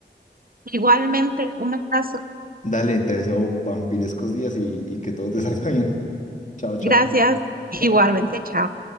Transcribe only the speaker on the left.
Dale, te deseo vampirescos días y, y que todo te <laughs> salga bien. Chao, chao.
Chao.